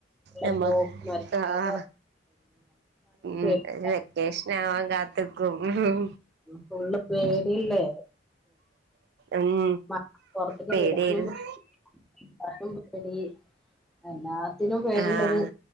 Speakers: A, in the centre; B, on the right.
A: <unintelligible>
B: നമ്മ
A: പോക്കും വരവും
B: ആഹ് ഉം
A: <unintelligible>
B: ഒരു വെക്കേഷൻ ആവാൻ കാത്ക്കും ഉം
A: ഫുള്ള് പേടില്ലേ
B: ഉം
A: മ പൊറത്ക്ക്
B: പേടിയായിരുന്നു
A: വിടാനും പേടി <unintelligible> പേടി എല്ലാത്തിനും പേടിള്ളൊരു
B: ആഹ്